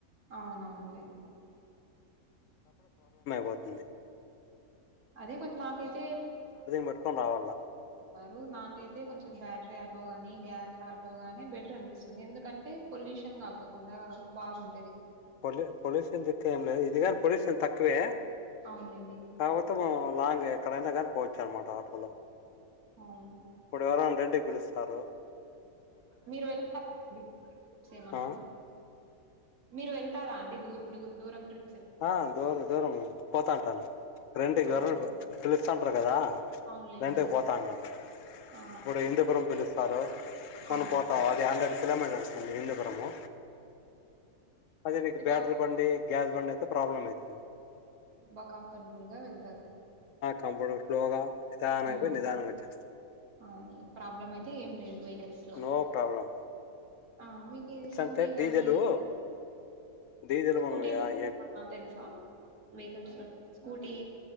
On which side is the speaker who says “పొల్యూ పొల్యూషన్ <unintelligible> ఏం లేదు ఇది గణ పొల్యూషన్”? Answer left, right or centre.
Left